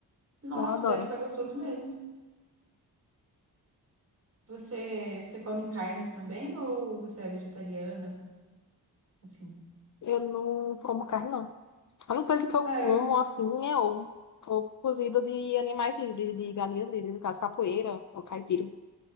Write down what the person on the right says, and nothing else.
Nossa,
deve ficar gostoso mesmo. Você, você come carne também ou você é vegetariana? Assim.
Ah,
eu.